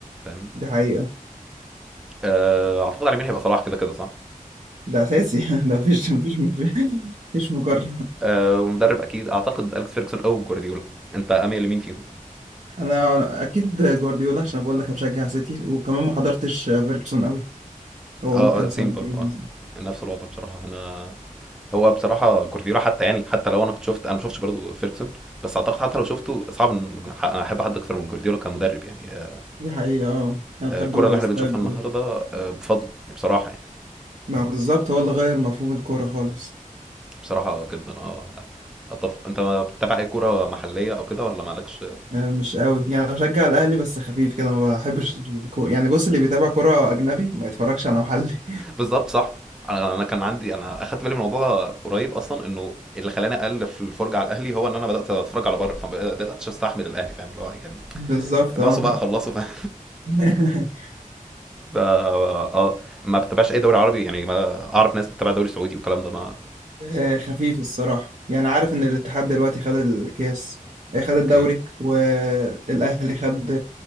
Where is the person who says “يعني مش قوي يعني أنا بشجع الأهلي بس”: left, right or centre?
Right